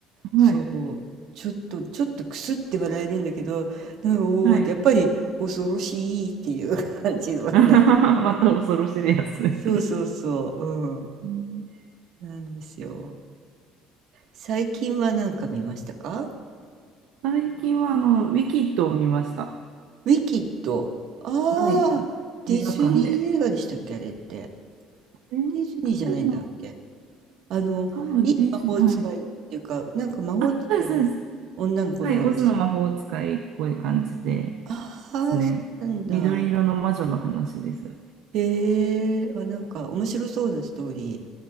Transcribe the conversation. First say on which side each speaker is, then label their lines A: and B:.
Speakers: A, on the right (about 80°); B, on the right (about 65°).
A: い。
B: そう、ちょっと、ちょっとくすって笑えるんだけど、なんか、おーって、
A: はい。
B: やっぱり恐ろしいっていう <laughs> 感じのね、
A: <laughs> また恐ろしいやつね。
B: そうそうそう、うん、
A: うん
B: なんですよ。最近は何か見ましたか
A: 最近はあの、ウィキッドを見ました。
B: ウィキッド。ああ、
A: はい。
B: ディズニー映画でしたっけ、
A: 映画館で。
B: あれって。
A: えー、
B: ディズニーじゃないんだっけ。
A: そうなん
B: あの、
A: 多分ディズニー、
B: いい魔法使いっていうか、
A: はい。
B: なんか魔法使いの
A: あ、そうです、そうです。
B: 女の子の話。
A: はい。オズの魔法使いっぽい感じでで
B: ああ、
A: すね。
B: そうなんだ。
A: 緑色の魔女の話です。
B: へえ、あ、なんか面白そうなストーリ